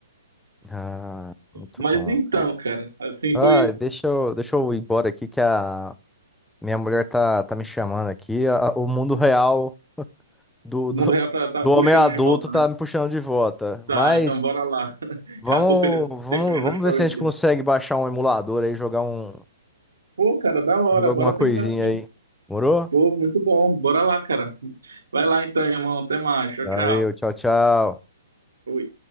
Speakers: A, in the centre; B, on the right.
A: Ah, muito
B: Mas
A: bom,
B: então,
A: cara.
B: cara, assim
A: Ah,
B: foi.
A: deixa eu, deixa eu ir embora aqui que a minha mulher tá, tá me chamando aqui. A- o mundo real do,
B: O
A: do,
B: mundo real tá, tá
A: do
B: puxando
A: homem adulto
B: de volta,
A: tá
B: né?
A: me puxando de volta.
B: Tá,
A: Mas
B: então bora lá. <laughs>
A: vamos,
B: Acabou o peri-
A: vamos,
B: tempo de nostalgia.
A: vamos ver se a gente consegue baixar um emulador aí, jogar um,
B: Pô, cara, da hora,
A: jogar
B: bora
A: alguma
B: pensar
A: coisinha
B: assim.
A: aí. Morou?
B: Pô, muito bom. Bora lá, cara. Vai lá então, irmão. Até mais. Tchau,
A: Valeu,
B: tchau.
A: tchau, tchau.
B: Fui.